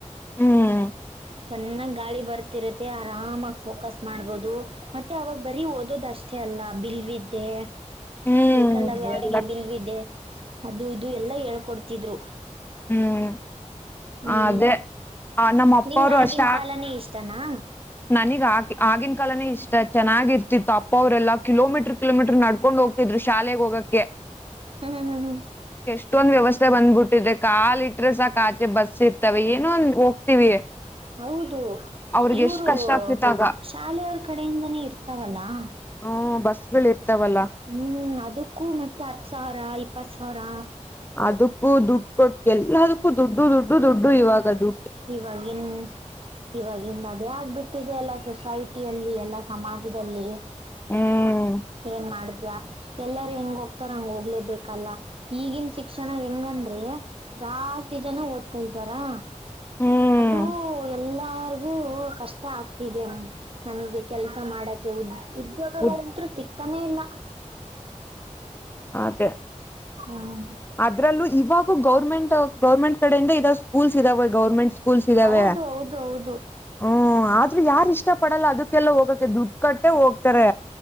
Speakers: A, on the left; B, on the right.
A: ಹ್ಮ್
B: ಚೆನ್ನಾಗ್ ಗಾಳಿ ಬರ್ತಿರುತ್ತೆ ಆರಾಮಾಗಿ ಫೋಕಸ್ ಮಾಡ್ಬೋದು ಮತ್ತೆ ಅವಾಗ ಬರೀ ಓದೋದ್ ಅಷ್ಟೇ ಅಲ್ಲ ಬಿಲ್ವಿದ್ದೆ
A: ಹ್ಮ್
B: ಏಕಲವ್ಯ ಅವರಿಗೆ
A: ಎಲ್ಲ
B: ಬಿಲ್ವದೆ ಅದು ಇದು ಎಲ್ಲ ಹೇಳ್ಕೊಡ್ತಿದ್ರು
A: ಹ್ಮ್
B: ಹ್ಮ್
A: ಅದೇ ಆ ನಮ್ಮ ಅಪ್ಪ
B: ನಿಂಗ
A: ಅವರು
B: ಆಗಿನ
A: ಅಷ್ಟ
B: ಕಾಲನೇ ಇಷ್ಟನಾ
A: ನನಗ್ ಆ ಆಗಿನ ಕಾಲನೇ ಇಷ್ಟ ಚೆನ್ನಾಗಿರ್ತಿತ್ತು ಅಪ್ಪ ಅವ್ರರೆಲ್ಲ ಕಿಲೋಮೀಟ್ರರ್ ಕಿಲೋಮೀಟರ್ ನಡ್ಕೊಂಡ್ ಹೋಗ್ ಇದ್ರು ಶಾಲೆಗೆ ಹೋಗೋಕ್ಕೆ
B: ಹಾ ಹಾ ಹಾ
A: ಇತ್ತೊಂದ್ ವ್ಯವಸ್ಥೆ ಬಂದ್ಬಿಟ್ಟಿದೆ ಕಾಾಲಿ ಇಟ್ರೆ ಸಾಕ್ ಆಚೆ ಬಸ್ ಇರ್ತಾವ ಏನೋ ಒಂದ ಹೋಗ್ತಿವಿ
B: ಹೌದು
A: ಅವ್ರಿಗೆ
B: ಇವರು
A: ಎಷ್ಟ್ ಕಷ್ಟ ಆಗ್ತಿತ್ತಾಗ
B: ಶಾಲೆಯವ್ರ ಕಡೆಯಿಂದನೇ ಇರ್ತಾವಲ್ಲಾ
A: ಹ್ಮ ಬಸ್ಗಳು ಇರ್ತಾವಲ್ಲ
B: ಹ್ಮ್ ಅದಕ್ಕೂ ಮತ್ತೆ ಹತ್ ಸಾವಿರ ಇಪ್ಪತ್ ಸಾವಿರ
A: ಅದಕ್ಕೂ ದುಡ್ಡು ಕೊಟ್ಟು ಎಲ್ಲದಕ್ಕೂ ದುಡ್ಡು ದುಡ್ಡು ದುಡ್ಡು ಇವಾಗ ಅದು
B: ಇವಾಗಿವಾಗಿನ್ ಇವಾಗಿನ್ ಅದೇ ಆಗ್ಬಿಟ್ಟಿದೆ ಅಲ್ಲ ಸೊಸೈಟಿಯಲ್ಲಿ ಎಲ್ಲ ಸಮಾಜದಲ್ಲಿ
A: ಹ್ಮ್
B: ಏನ್ ಮಾಡ ಎಲ್ಲಾರೂ ಹೆಂಗ ಹೋಗ್ತಾರ ಹಂಗ ಹೋಗ್ಲೇಬೇಕಲ್ಲ ಈಗಿನ ಶಿಕ್ಷಣ ಹೆಂಗಂದ್ರೆ ಜಾಸ್ತಿ ಜನ ಓದ್ತಾ ಇದ್ದಾರಾ
A: ಹ್ಮ್
B: ಅದುೂ ಎಲ್ಲಾ ಗ ಕಷ್ಟ ಆಗ್ತಿದೆ ನಮಗೆ ಕೆಲ್ಸ ಮಾಡಕ ಉದ್ದ ಉದ್ಯೋಗಗಳಂತೂ
A: ಉದ್
B: ಸಿಗ್ತಾನೇ ಇಲ್ಲ
A: ಮತ್ತೆ
B: ಹ್ಮ್
A: ಅದ್ರಲ್ಲೂ ಇವಾಗ ಗೌರ್ಮೆಂಟ್ ಗೌರ್ಮೆಂಟ್ ಕಡಿಂದ ಇದಾವ ಸ್ಕೂಲ್ಸ್ ಇದಾವೆ ಗೌರ್ಮೆಂಟ್ಸ್ ಸ್ಕೂಲ್ಸ್ ಇದಾವೆ
B: ಹೌದು ಹೌದು ಹೌದು
A: ಹ್ಮ ಆದ್ರೂ ಯಾರ್ ಇಷ್ಟ ಪಡಲ್ಲ ಅದಕ್ಕೆಲ್ಲ ಹೋಗಕೆ ದುಡ್ಡು ಕಟ್ಟೆ ಹೋಗ್ತಾರೆ